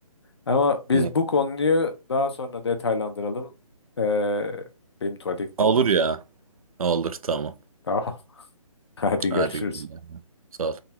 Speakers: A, on the left (about 45°); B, on the right (about 70°).
A: Ama biz
B: Evet.
A: bu konuyu daha sonra detaylandıralım. E, benim tuvalete gitmem
B: Olur
A: lazım.
B: ya. Olur tamam.
A: Tamam. <laughs> Hadi
B: Hadi.
A: görüşürüz.
B: Sağ ol.